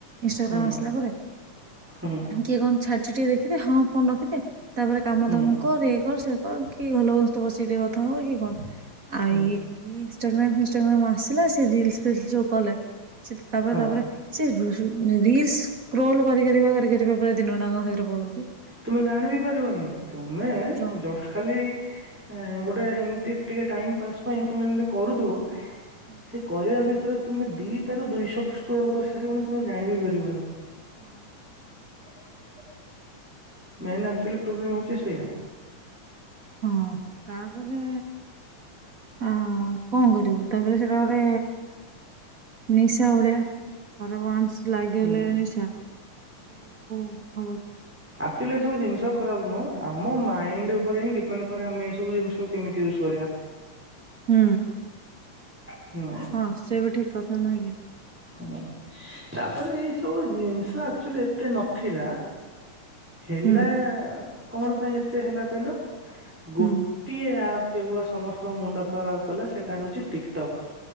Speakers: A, on the right; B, in the centre.
A: ଇନଷ୍ଟାଗ୍ରାମ୍
B: ହୁଁ
A: ଆସିଲା ପରେ
B: ହୁଁ
A: କିଏ କଣ ଛାଡିଛି ଟିକେ ଦେଖିଦେ ହଁ ଫୋନ ରଖିଦେ ତାପରେ କାମ
B: ହୁଁ
A: ତମ ହେ କର ସେ କର କି ଭଲ ବସ୍ତ ବସିଦେ କଥା ହଉ କି କଣ? ଆଉ
B: ହୁଁ
A: ଏକି ଇ୍ରାମ ଫନଗ୍ରାମ ଆସିଲା ସେ ରିଲସ ଫେସ କଲେ ସେ ତାପରେ
B: ହଁ
A: ତାପରେ ସେ ରିଲ୍ସ କ୍ରୋଲ କରି କରି ପ ଦିନ ଡାଙ୍କ ସେଇଥିରେ ପଳୁଛି
B: ତୁମେ ଜାଣି ବିି ପାରିବନି ତୁମେ
A: ଜ
B: ଜଷ୍ଟ ଖାଲି ଗୋଟେ ଏମିତି ଟିକେ ଟାଇମ୍ ପାସ୍ ପାଇଁ ତୁମେ ଏମିତି କରୁଥିବ।
A: ହଁ
B: ସେ କରିବା ଭିତରେ ତୁମେ ଦି ତ ର ଦୁଇଶହ ସ୍ୋଲ କରିସାରିବନ ତମେ ଜାଣି ବି ପାରିବନି
A: ହଁ ର।
B: <inaudible> ମେନକ୍ଚୁଆଲି ପ୍ରୋବ୍ଲେମ୍ ହେଉଛି। ସେୟା
A: ହଁ ତାପରେ ଅ କଣ କରିବୁ। ତାପରେ ସେଟା ଗୋଟେ ନିଶା ଭଳିଆ ଥରେ ୱାନ୍ସ ଲାଗିଗଲେ
B: ହୁଁ।
A: ନିଶା। ସେ ଓ ଭଲ।
B: ଏବୁ ଜିନିଷ ଖରାପ ନୁହଁ ଆମ ମାଇ ଉପରେ ହିଁ ଡିପେଣ୍ଡ କ ଆମେ ଏବୁ ଜିନିଷକୁ କେମିତି ୟୁଜ୍ କରିବା।
A: ହୁଁ।
B: ହୁଁ
A: ହଁ ସେ ବି ଠିକ କଥା ନୁହଁ କି।
B: ହଁ ତାପରେ ଏଇ ସବୁ ଜିନିଷ ଆକ୍ଚୁଆଲି ଏତେ ନଥିଲା। ହେଲା।
A: ହୁଁ
B: କଣ ପାଇଁ ଏତେ ହେଲା କହିଲ।
A: ହୁଁ
B: ଗୋଟିଏ ଆ କେବଳ ସମସ୍ତଙ୍କ ମୁଣ୍ଡ ଖରାପ କଲା ସେଟା ହଉଛି ଟିକଟକ୍।